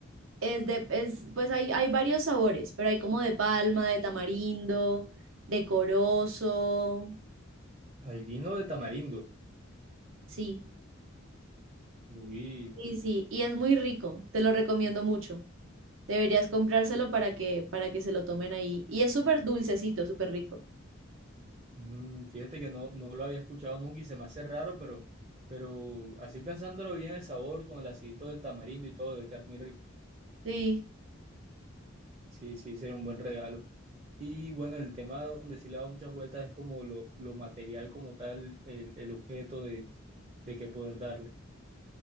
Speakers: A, on the right; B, on the right.
A: Es de, es, pues hay, hay varios sabores, pero hay como de palma, de tamarindo, de corozo.
B: Hay vino de tamarindo.
A: Sí,
B: Uy.
A: sí, sí. Y es muy rico. Te lo recomiendo mucho. Deberías comprárselo para que, para que se lo tomen ahí. Y es súper dulcecito, súper rico.
B: Mm, fíjate que no, no lo había escuchado nunca y se me hace raro, pero, pero así pensándolo bien, el sabor con el acidito del tamarindo y todo debe quedar muy rico.
A: Sí,
B: Sí, sí, sería un buen regalo. Y bueno, el tema donde sí le he dado muchas vueltas es como lo, lo material como tal, el, el objeto de, de que poder darle.